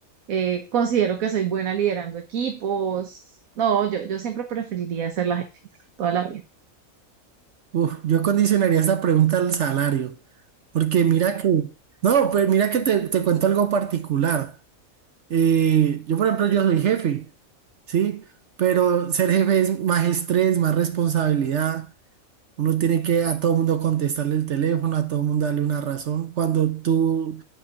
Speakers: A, on the right; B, on the right.
A: eh, considero que soy buena liderando equipos. No, yo, yo siempre preferiría ser la jefa, toda la vida.
B: Uf, yo condicionaría esta pregunta al salario. Porque mira que, no, pues mira que te, te cuento algo particular. Eh, yo, por ejemplo, yo soy jefe, ¿sí? Pero ser jefe es más estrés, más responsabilidad. Uno tiene que a todo mundo contestarle el teléfono, a todo mundo darle una razón. Cuando tú,